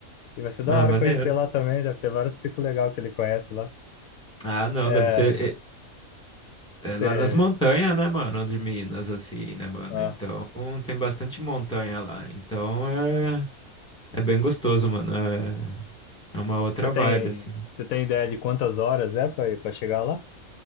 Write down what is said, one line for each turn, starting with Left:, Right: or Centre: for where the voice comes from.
Left: E vai ser da
Centre: Ah,
Left: hora
Centre: maneiro.
Left: conhecer lá também, deve ter vários picos legais que ele conhece lá.
Centre: Ah, não,
Left: É,
Centre: deve ser é, é
Left: você,
Centre: lá nas montanhas, né, mano? De Minas, assim, né, mano?
Left: ah,
Centre: Então tem bastante montanha lá. Então é, é bem gostoso, mano. É, é uma outra
Left: você tem,
Centre: vibe, assim.
Left: você tem ideia de quantas horas é pra, pra chegar lá?